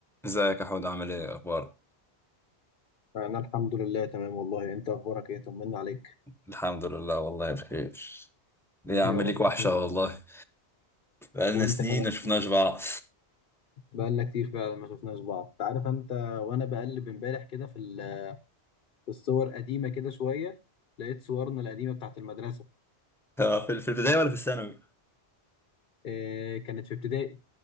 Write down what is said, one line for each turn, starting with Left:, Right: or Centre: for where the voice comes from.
Centre: ازيك يا حود عامل ايه اخبارك
Left: أنا الحمد لله تمام والله أنت أخبارك إيه طمنا عليك
Centre: الحمد لله والله بخير ليه يا
Left: يا
Centre: عم ليك
Left: رب
Centre: وحشه
Left: تاني.
Centre: والله بقالنا
Left: وأنت
Centre: سنين
Left: كمان
Centre: ما شفناش بعض
Left: بقالنا كتير فعلا ما شفناش بعض أنت عارف أنت وأنا بقلب إمبارح كده في ال- في الصور قديمة كده شوية لقيت صورنا القديمة بتاعت المدرسة
Centre: <laughs> آه، في في البداية ولا في الثانوي
Left: إيه كانت في ابتدائي